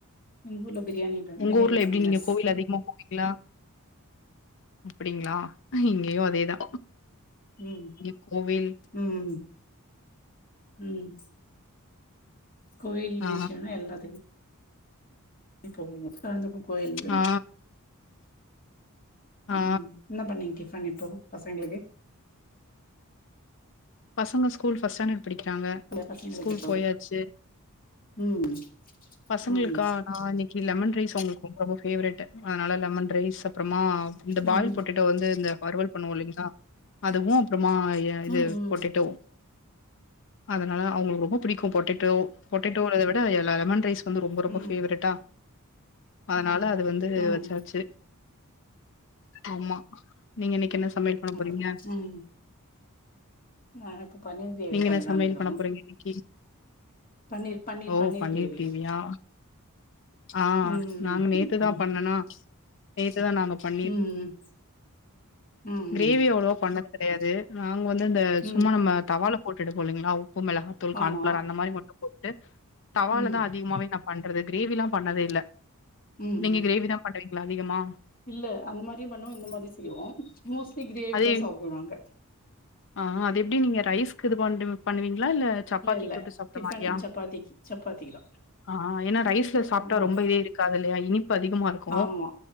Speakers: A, on the left; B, on the left.
A: எங்க ஊர்ல பிரியாணி
B: உங்க
A: பிரியாணி
B: ஊர்ல
A: ஃபேமஸ்
B: எப்டி நீங்க கோவில் அதிகமா பிங்களா அப்படிங்களா இங்கேயு அதேதா
A: ம்
B: இங்க கோவில்
A: ம் ம் கோயில்
B: ஆ
A: விஷயம்ன்ன எல்லா <unintelligible> கோயில் இதுதா
B: ஆ ஆ
A: ம் என்ன பண்ணீங்க டிஃபன் இப்போ பசங்களுக்கு
B: பசங்க ஸ்கூல் ஃபர்ஸ்ட் ஸ்டாண்டர்டு படிக்கிறாங்க
A: பசங்களுக்கு
B: ஸ்கூல்
A: இப்போ
B: போயாச்சு
A: ம்
B: பசங்களுக்கா
A: ம்
B: ஆ இன்னைக்கு லெமன் ரைஸ் அவங்களுக்கு ரொம்பவு போவ்ர்ட் அதனால லெமன் ரைஸ் அப்புறமா இந்த
A: ம்
B: பால்
A: ம்
B: போட்டேடோ டோ வந்து இந்த வறுவல் பண்ணுவோ இல்லைங்களா அதுவு அப்புறமா ஏ இது
A: ம் ம்
B: டோ அதனால அவங்களுக்கு ரொம்ப பிடிக்கு பொட்டேட்டோ பொட்டேட்டோவ விட லெமன் ரைஸ் வந்து ரொம்ப ரொம்ப
A: ம்
B: பேவரட்டா அதனால அது வந்து
A: ம்
B: வச்சாச்சு ஆமா நீங்க இன்ன க்கா என்ன சமையல் பண்ண
A: ம்
B: போறீங்க
A: ம் நா இப்ப பன்னீர் கிரேவி
B: நீங்க
A: பண்ணலான்னுக்கிறோ
B: என்ன சமையல் பண்ண போறீங்க இன்னைக்கு
A: பன்னீர் பன்னீர்
B: ஓ
A: பன்னீர்
B: பண்ணிர்
A: கிரேவி
B: கிரேவியா ஆ
A: ம்
B: நாங்க நேத்துதா
A: ம்
B: பண்ணுனோ நேத்துதா நாங்க பண்ணீர்
A: ம் ம்
B: கிரேவி அவ்ளோ பண்ணது தெரியாது நாங்க வந்து அந்த சும்மா
A: ம்
B: நம்ம தவாள போட்டுட்டு எடுப்போம் இல்லீங்களா உப்பு மிளகாத்தூள்
A: ஆமா
B: கான்ஃபிளர் அந்த மாதிரி மட்டு போட்டுட்டு தவால
A: ம்
B: தா அதிகமாவே நா பண்றது கிரேவி எல்லா பண்ணதே இல்ல
A: ம்
B: நீங்க
A: ம்
B: கிரேவி தா பண்ணுவீங்களா அதிகமா
A: இல்ல அந்த மாதிரி பண்ணுவோ இந்த மாதிரி செய்வோ மோஸ்ட்லி கிரேவிதா
B: அது
A: சாப்பிடுவாங்க
B: ஆ அது எப்டி நீங்க ரைஸ்க்கு இது பண்டு பண்ணுவீங்களா இல்ல சப்பாத்தி
A: இல்ல
B: தொட்டு சாப்ட்ர
A: டிஃபன்
B: மாரியா
A: சப்பாத்திக்கு சப்பாத்திக்கு தா
B: ஆ ஏன்னா ரைஸ்ல சாப்பிட்டா
A: ம்
B: ரொம்ப இதே இருக்காது இல்லயா இனிப்பு அதிகமா இருக்கு
A: ஆமா